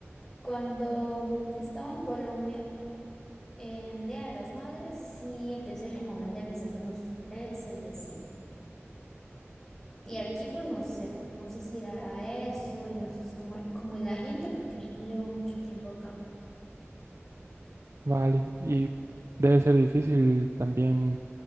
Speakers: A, on the left; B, on the right.
A: Cuando mm, estaba en Colombia, en el Día de las Madres, sí empecé como a vender desayunos sorpresa y así. Y aquí pues no sé, porque no sé si dará eso y no sé es cómo, cómo es la gente, porque yo no llevo mucho tiempo acá.
B: Vale, y debe ser difícil también